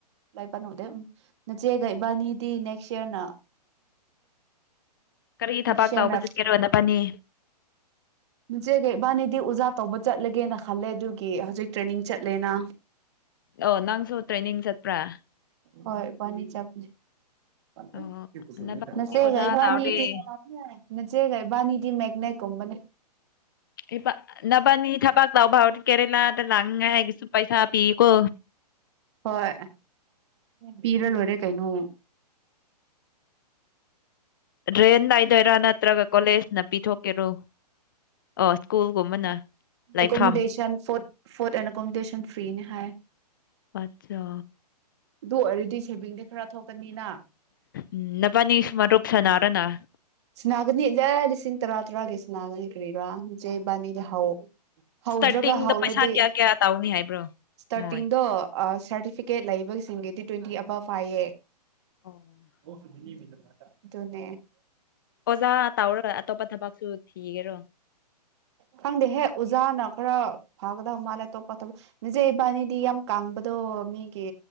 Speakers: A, on the right; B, on the left.
A: ꯂꯥꯏ ꯄꯥꯅꯨꯗꯦ ꯅꯆꯦꯒ ꯏꯕꯥꯅꯤꯗꯤ ꯅꯦꯛꯁ ꯌ꯭ꯔꯅ
B: ꯀꯔꯤ
A: ꯅꯦꯛꯁ
B: ꯊꯕꯛ ꯇꯧꯕ
A: ꯌ꯭ꯔꯅ <inaudible>
B: ꯆꯠꯀꯦꯔꯣ ꯅꯕꯥꯅꯤ
A: ꯅꯆꯦꯒꯩ ꯏꯕꯥꯅꯤꯗꯤ ꯑꯣꯖꯥ ꯇꯧꯕ ꯆꯠꯂꯒꯦꯅ ꯈꯜꯂꯦ ꯑꯗꯨꯒꯤ ꯍꯧꯖꯤꯛ ꯇ꯭ꯔꯦꯅꯤꯡ ꯆꯠꯂꯦꯅ
B: ꯑꯣ ꯅꯪꯁꯨ ꯇ꯭ꯔꯦꯅꯤꯡ ꯆꯠꯄ꯭ꯔꯥ꯫
A: ꯍꯣꯏ ꯏꯕꯥꯅꯤ ꯆꯠꯄꯅꯤ <inaudible>
B: ꯑꯣ ꯅꯕꯥꯅꯤ
A: ꯅꯆꯦꯒ
B: ꯑꯣꯖꯥ
A: ꯏꯕꯥꯅꯤꯗꯤ
B: ꯇꯧꯔꯤ
A: <inaudible> ꯅꯆꯦꯒ ꯏꯕꯅꯤꯗꯤ ꯃꯦꯛꯅꯦꯠ ꯀꯨꯝꯕꯅꯤ꯫
B: ꯏꯄꯥ ꯅꯕꯥꯅꯤ ꯊꯕꯛ ꯇꯧꯕ ꯍꯧꯔꯗꯤ ꯀꯦꯔꯦꯂꯥꯗ ꯂꯥꯛꯅꯤꯉꯥꯏꯒꯤꯁꯨ ꯄꯩꯁꯥ ꯄꯤꯀꯣ꯫
A: ꯍꯣꯏ ꯄꯤꯔ ꯂꯣꯏꯔꯦ ꯀꯩꯅꯣ꯫
B: ꯗ꯭ꯔꯦꯟ ꯅꯥꯏꯗꯣꯏꯔꯥ ꯅꯠꯇ꯭ꯔꯒ ꯀꯣꯂꯦꯖꯅ ꯄꯤꯊꯣꯛꯀꯦꯔꯣ ꯑꯣ ꯁ꯭ꯀꯨꯜꯒꯨꯝꯕꯅ꯫ ꯂꯩꯐꯝ
A: ꯑꯦꯀꯣꯃꯣꯗꯦꯁꯟ ꯐꫭꯗ ꯐꫭꯗ ꯑꯦꯟ ꯑꯦꯀꯣꯃꯣꯗꯦꯁꯟ ꯐ꯭ꯔꯤꯅꯦ ꯍꯥꯏ꯫
B: ꯑꯠꯆꯥ꯫
A: ꯑꯗꯨ ꯑꯣꯏꯔꯗꯤ ꯁꯦꯚꯤꯡꯗꯤ ꯈꯔ ꯊꯣꯛꯀꯅꯤꯅ꯫
B: ꯎꯝ ꯅꯕꯥꯅꯤꯁꯨ ꯃꯔꯨꯞ ꯁꯥꯅꯔꫭꯅꯥ꯫
A: ꯁꯅꯥꯒꯅꯤ ꯂꯦ ꯂꯤꯁꯤꯡ ꯇꯔꯥ ꯇꯔꯥꯒꯤ ꯁꯅꯥꯒꯅꯤ ꯀꯔꯤꯔꯥ ꯖꯦꯕꯥꯅꯤꯗꯤ ꯍꯧ ꯍꯧꯗ꯭ꯔꯒ
B: ꯁ꯭ꯇꯥꯔꯇꯤꯡꯗ
A: ꯍꯧꯔꯗꯤ
B: ꯄꯩꯁꯥ ꯀꯌꯥ ꯀꯌꯥ ꯇꯧꯅꯤ ꯍꯥꯏꯕ꯭ꯔꯣ꯫
A: ꯁ꯭ꯇꯥꯔꯇꯤꯡꯗꯣ
B: ꯃꯣꯏ
A: ꯁꯥꯔꯇꯤꯐꯤꯀꯦꯠ ꯂꯩꯕꯁꯤꯡꯒꯤꯗꯤ ꯇ꯭ꯋꯦꯟꯇꯤ ꯑꯚꯐ ꯍꯥꯏꯌꯦ꯫
B: ꯑꯣꯖꯥ
A: <inaudible> ꯗꯨꯅꯦ꯫
B: ꯑꯣꯖꯥ ꯇꯥꯎꯔ ꯑꯇꯣꯞꯄ ꯊꯕꯛꯁꯨ ꯊꯤꯒꯦꯔꯣ꯫
A: ꯈꯪꯗꯦꯍꯦ ꯑꯣꯖꯥꯅ ꯈꯔ ꯐꯥꯒꯗꯕ ꯃꯥꯜꯂꯦ ꯑꯇꯣꯞꯄ ꯊꯕꯛ ꯅꯖꯦ ꯏꯕꯥꯅꯤꯗꯤ ꯌꯥꯝ ꯀꯥꯡꯕꯗꯣ ꯃꯤꯒꯤ